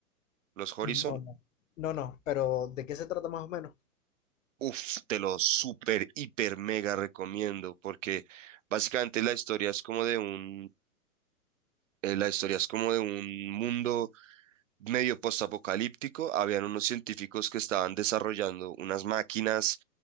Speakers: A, on the right; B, on the left.
A: los Horizon.
B: Mm, no? No, no, pero ¿de qué se trata más o menos?
A: Uf, te lo súper, hiper, mega recomiendo porque básicamente la historia es como de un, eh, la historia es como de un mundo medio postapocalíptico, habían unos científicos que estaban desarrollando unas máquinas